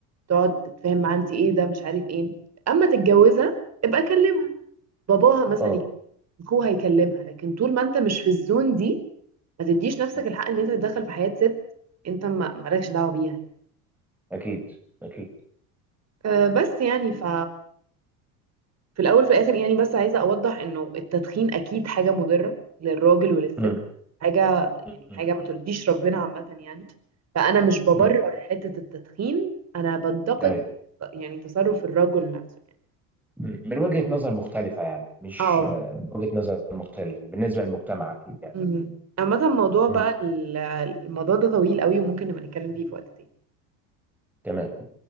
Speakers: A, on the right; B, in the centre.
A: تقعد تتفاهم معاها انت ايه ده مش عارف ايه اما تتجوزها ابقى كلمها باباها مثلا
B: اه
A: هو هيكلمها لكن طول ما انت مش في الزون دي ما تديش نفسك
B: مم.
A: الحق ان انت تتدخل في حياة ست انت ما مالكش دعوة بيها يعني.
B: اكيد اكيد
A: أه بس يعني ف في الاول في الاخر يعني بس عايزة اوضح انه التدخين اكيد حاجة مضرة للراجل وللست
B: امم
A: حاجة يعني
B: امم
A: حاجة ما ترضيش ربنا عامة يعني فانا مش ببرر
B: امم
A: حتة التدخين انا بنتقد
B: ايوه
A: يعني تصرف الرجل نفسه يعني
B: مم. من وجهة نظر مختلفة يعني مش
A: اه
B: آه، وجهة نظر مختلفة بالنسبة للمجتمع أكيد يعني
A: مهم. عامة الموضوع بقى
B: مم.
A: ال- الموضوع ده طويل قوي وممكن نبقى نتكلم فيه في وقت تاني
B: تمام